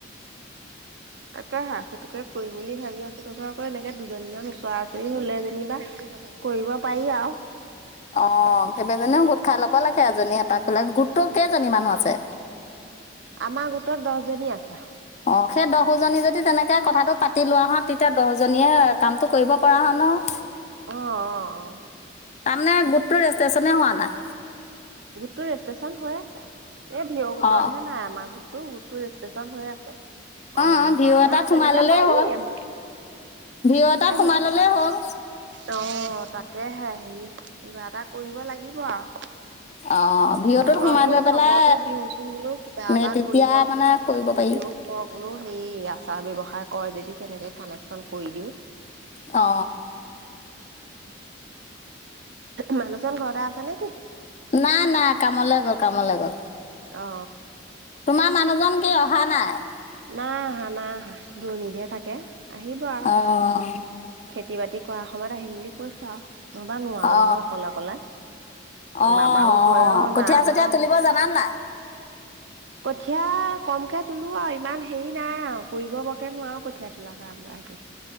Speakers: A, on the left (about 35°); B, on the right (about 60°).
A: <inaudible>
B: তাকেহে, সেইটোকে কৰিম বুলি ভাবি আছো, তাৰপাছত আকৌ এনেকে দুজনীমান ওচৰা-ওচৰি হ'লে যেনিবা কৰিব পাৰি আৰু।
A: অ', কেইবা জনিও গোট খাই ল'ব লাগে, এজনী এটা কৰিলে, গোটটোত কেইজনী মানুহ আছে?
B: আমাৰ গোটত দহ জনী আছে।
A: অ, সেই দহোজনী যদি তেনেকে কথাটো পাতি লোৱা হ, তেতিয়া দহজনীয়ে কামটো কৰিব পৰা হয় নহয়।
B: অ, অ, অ।
A: তাৰমানে গোটটো ৰেষ্টেশ্যনেই হোৱা নাই!
B: গোটতটো ৰেজিষ্ট্ৰেশচন হৈ আছে। এই ভিয় গোটত
A: অ
B: হে নাই। আমাৰ গোট তো গোটটো ৰেজিষ্টেশচন হৈ আছে। অনলাইন
A: অ, ভিয়
B: কৰা
A: এটাত
B: নাই
A: সোমাই
B: তেনেকে
A: ল'লেই
B: পাৰি
A: হ'ল।
B: আমাৰ
A: ভিয় এটাত
B: এ
A: সোমাই ল'লেই হ'ল।
B: অ, তাকেহে, হেৰি কিবা এটা কৰিব লাগিব আৰু।
A: অ ভিঅ'টোত
B: মই
A: সোমাই
B: বোলো
A: লৈ
B: খবৰটো
A: পেলাই
B: দিওঁচোন বোলো, কিবা
A: নে
B: এটা
A: তেতিয়া
B: কৰিব,
A: মানে কৰিব
B: কৰিলেও
A: পাৰি
B: কৰক বোলো, সেই আচাৰ ব্যৱসায় কৰে যদি তেনেকে কানেকচন কৰি দিও।
A: অ।
B: মানুহজন ঘৰতে আছে নেকি!
A: নাই, নাই, কামলৈ গ'ল, কামলৈ গ'ল।
B: অঁ।
A: তোমাৰ মানুহজন কি অহা নাই?
B: নাই আহা, নাই আহা, <unintelligible> থাকে। আহিব আৰু
A: অ'
B: খেতি বাতি কৰাৰ সময়ত আহিম বুলি কৈছে আৰু, ন'হবা নোৱাৰোঁ
A: অ
B: নহয়, অকলে, অকলে
A: অ',
B: বাবাও
A: অ',
B: বয়স
A: কঠীয়া,
B: মা আমাৰো
A: চঠীয়া তুলিব জানানে নাই?
B: কঠীয়া কমকে তোলোঁ আৰু ইমান হেৰি নাই আৰু কৰিব বৰকে নোৱাৰোঁ কঠীয়া তোলা। <unintelligible>